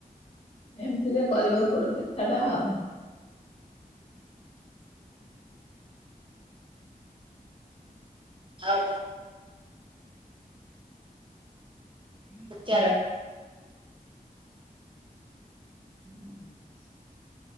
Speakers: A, on the left (about 35°); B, on the right (about 35°).
A: ଏମିତିରେ କରିବ ପୋଡ ପିଠା ଟା ଆଉ।
B: ଆଉ କଣ?
A: ହ
B: ପଚାର
A: ହ ହୁଁ